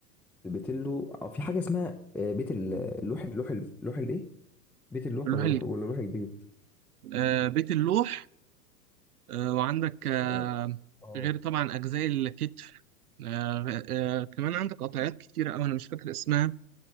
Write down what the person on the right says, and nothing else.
اللوح
ال-
آه، بيت اللوح آه، وعندك آه،
غير طبعا أجزاء الكتف آه آه كمان عندك قطعيات كتيرة أوي أنا مش فاكر اسمها